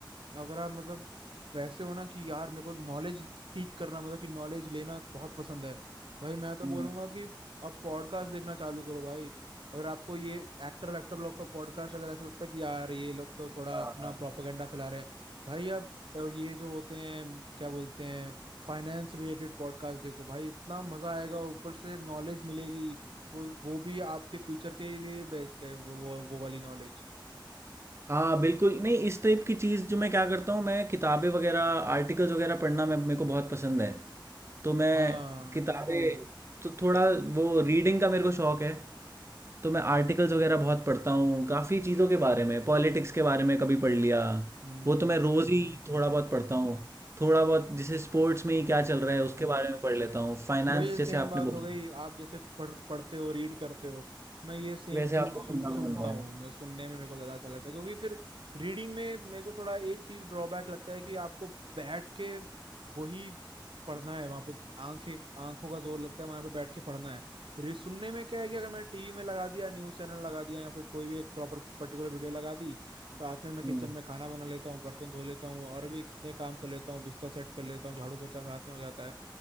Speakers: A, on the right; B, on the right.
A: अगर आप मतलब वैसे हो ना कि यार मेरे को नॉलेज सीख करना मतलब कि नॉलेज लेना बहुत पसंद है भाई मैं तो
B: हम्म
A: बोलूंगा कि अब पॉडकास्ट देखना चालू करो भाई अगर आपको ये एक्टर वैक्टर लोग का पॉडकास्ट अगर ऐसा लगता है कि यार ये लोग तो थोड़ा
B: हाँ
A: अपना
B: हाँ
A: प्रोपागेंडा फैला रहे हैं भाई आप अ, ये जो होते हैं क्या बोलते हैं फाइनेंस रिलेटेड पॉडकास्ट देखो भाई इतना मजा आएगा ऊपर से नॉलेज मिलेगी वो वो भी आपके फ्यूचर के लिए बेस्ट है वो वो, वो वाली नॉलेज
B: हाँ बिल्कुल नहीं इस टाइप की चीज़ जो मैं क्या करता हूँ मैं किताबें वगैरह आर्टिकल्स वगैरह पढ़ना मैं मेरे को बहुत पसंद है तो मैं
A: हाँ
B: किताबें हम्म तो थोड़ा वो रीडिंग का मेरे को शौक है तो मैं आर्टिकल्स वगैरह बहुत पढ़ता हूँ काफ़ी चीज़ों के बारे में पॉलिटिक्स के बारे में कभी पढ़ लिया
A: हम्म
B: वो तो मैं रोज़ ही थोड़ा बहुत पढ़ता हूँ थोड़ा बहुत जैसे स्पोर्ट्स में ही
A: हम्म
B: क्या चल रहा है उसके बारे में पढ़ लेता हूँ फाइनेंस
A: वही
B: जैसे
A: सेम
B: आपने
A: बात
B: बोला
A: हो गई आप जैसे पढ़ पढ़ते हो रीड करते हो मैं ये सेम
B: वैसे
A: चीज
B: आपको
A: सुन
B: सुनना
A: सुनता
B: पसंद है
A: हूँ मैं सुनने में मेरे को ज्यादा अच्छा लगता है क्योंकि फिर रीडिंग में मेरे को थोड़ा एक चीज ड्रॉबैक लगता है कि आपको बैठ के वही पढ़ना है वहां पे आंखें आंखों का जोर लगता है वहां पे बैठ के पढ़ना है रे सुनने में क्या है कि अगर मैं टीवी में लगा दिया न्यूज चैनल लगा दिया या फिर कोई भी एक प्रॉपर पर्टिकुलर वीडियो लगा दी साथ में मैं किचन
B: हम्म,
A: में खाना बना लेता हूँ बर्तन धो लेता हूँ और भी कितने काम कर लेता हूँ बिस्तर सेट कर लेता हूँ झाड़ू पोछा साथ में हो जाता है